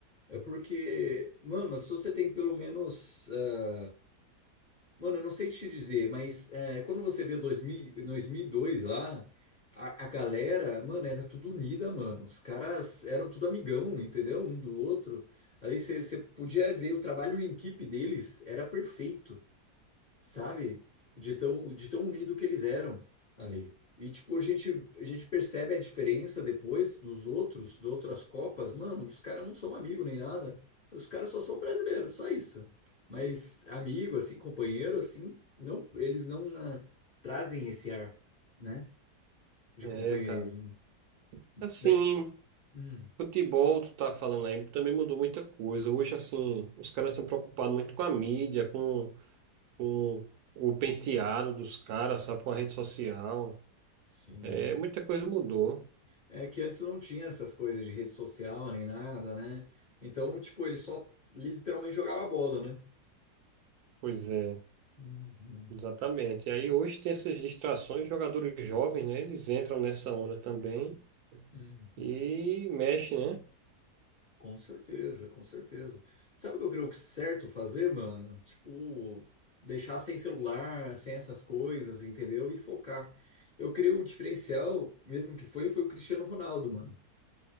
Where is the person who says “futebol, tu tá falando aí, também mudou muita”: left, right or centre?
Right